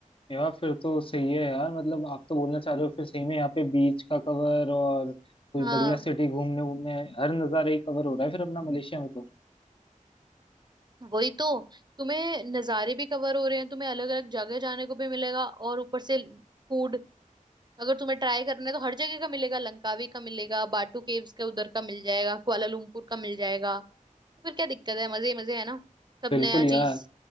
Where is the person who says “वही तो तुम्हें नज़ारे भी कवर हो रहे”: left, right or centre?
Right